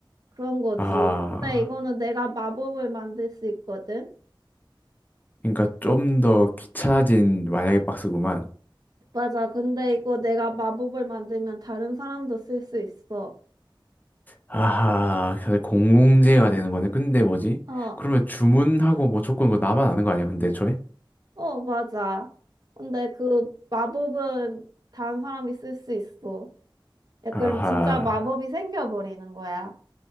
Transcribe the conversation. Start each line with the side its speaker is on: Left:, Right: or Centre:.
Right: 그런 거지.
Left: 아,
Right: 근데 이거는 내가 마법을 만들 수 있거든.
Left: 그러니까 좀 더 귀찮아진 만약에 박스구만.
Right: 맞아. 근데 이거 내가 마법을 만들면 다른 사람도 쓸 수 있어.
Left: 아하, 사실 공공재가 되는 거네. 근데 뭐지?
Right: 어,
Left: 그러면 주문하고 뭐 조건 그거 나만 아는 거 아니야, 근데 애초에?
Right: 어, 맞아. 근데 그 마법은 다른 사람이 쓸 수 있어. 약간
Left: 아하,
Right: 진짜 마법이 생겨버리는 거야.